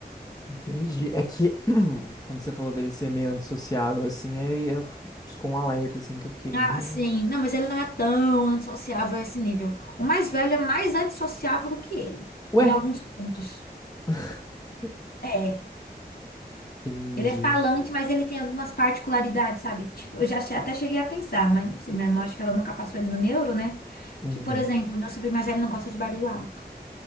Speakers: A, on the left; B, on the left.
A: Entendi. É que <clears throat> quando você falou dele ser meio antissociável, assim, aí eu f- piscou um alerta, assim, que eu fiquei, hum,
B: Ah, sim. Não, mas ele não é tão antissociável a esse nível. O mais velho é mais antissociável do que ele,
A: ué,
B: em alguns pontos.
A: <laughs>
B: É.
A: entendi.
B: Ele é falante, mas ele tem algumas particularidades, sabe? Tipo, eu já che- até cheguei a pensar, mas não sei, minha irmã, acho que ela nunca passou ele no neuro, né?
A: Uhum.
B: Que, por exemplo, meu sobrinho mais velho não gosta de barulho alto.